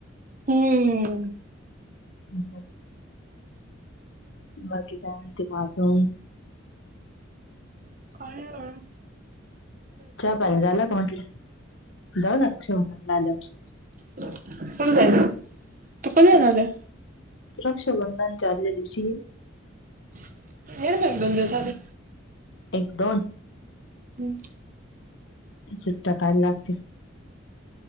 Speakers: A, on the right (about 40°); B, on the left (about 65°).
A: हम्म,
B: हो,, बाकी काय म्हणते म अजून?
A: बाहेर हाय.
B: चहा पानी झाल का म्हटलं,, जाऊ ना रक्षाबंधनला आल्यावर.
A: कोण जायल, तू कोण जानारय ऽ
B: रक्षा बंधन च्या आदल्या दिवशी.
A: ईल मग एक दोन दिवस आधी.
B: एक दोन
A: हम्म,
B: चुट्टा पायला लागते.